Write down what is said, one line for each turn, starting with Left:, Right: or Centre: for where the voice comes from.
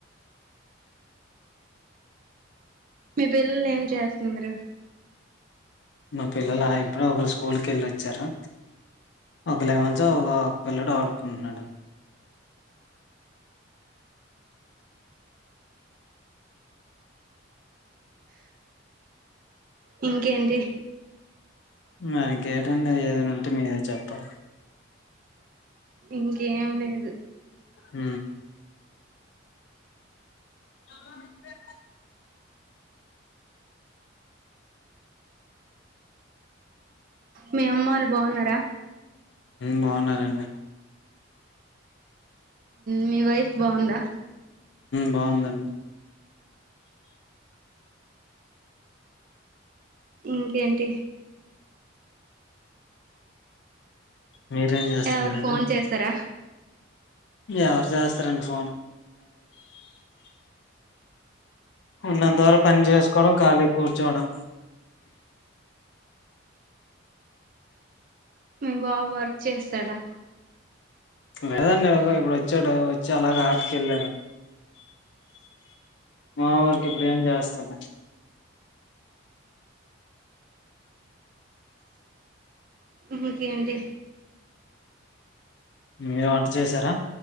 Right: మీ పిల్లలు ఏం చేస్తున్నారు
Left: మా పిల్లలు ఇప్పుడు ఒకరు స్కూల్ క వెళ్ళి వచ్చారు ఒక ెవెంత్ ఒక ఒక పిల్లడు ఆడుకుంటున్నాడుని
Right: ఇంకేంటి
Left: మనకేటండి ఏదైనా ఉంటే మీరే చెప్పాలి
Right: ఇంకేం లేదు
Left: హ అ
Right: మీ అమ్మ వాళ్ళు బాగున్నారా
Left: బాగున్నారంండి
Right: మీ వైఫ్ బాగుందా
Left: బాగుందండి
Right: ఇంకేంటి
Left: మీరేం చేస్తున్నారండి
Right: ఎవరు ఫోన్ చేసారా
Left: ఎవరు చేస్తారండి ఫోను ఉన్నంత వరకు పని చేసుకోవడం ఖాళీ కూర్చోవడం
Right: మీ బావ వర్క్ చేస్తాడా
Left: లేదండి ఎవరో ఇప్పుడు వచ్చాడు వచ్చి అలాగ ఆటకెళ్ళారు మా వరికి ఇప్పుడు ఏం చేస్తాన్నా
Right: హ్మ్ హు ఇంకేంటి
Left: మీరు వంట చేసారా